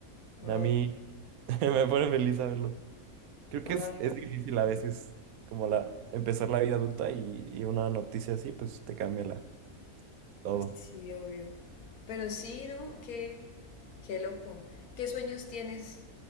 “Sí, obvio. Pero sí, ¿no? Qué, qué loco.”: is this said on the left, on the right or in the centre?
Left